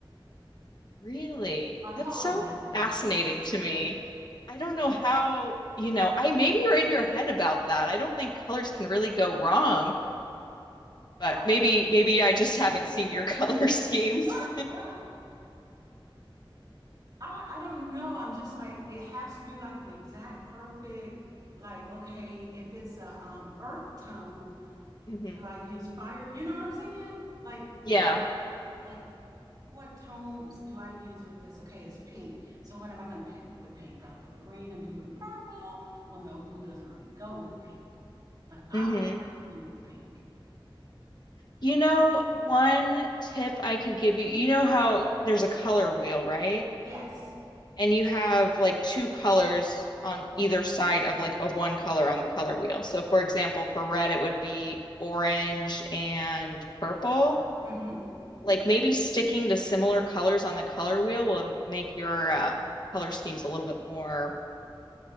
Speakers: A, on the left; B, on the right.
A: Really?
B: My color
A: That's so
B: matching.
A: fascinating to me. I don't know how, you know, I maybe you're in your head about that. I don't think colors can really go wrong, but
B: I,
A: maybe maybe I just haven't seen your <laughs> color schemes.
B: <laughs> I I don't know. I'm just like it has to be like the exact perfect, like okay, if it's a um, earth tone
A: hmm
B: Do I use fire? You know what I'm saying? Like,
A: Yeah.
B: like what tones do I use with this? Okay, it's pink. So what am I going to pick with pink? Do I put green and blue and purple? Well, no, blue doesn't really go with pink, but I
A: hmm
B: might like blue with pink.
A: You know, one tip I could give you, you know how there's a color wheel, right?
B: Yes.
A: and you have like two colors on either side of like a one color on the color wheel. So for example, for red, it would be orange and purple.
B: hmm
A: Like maybe sticking to similar colors on the color wheel will make your um, color schemes a little bit more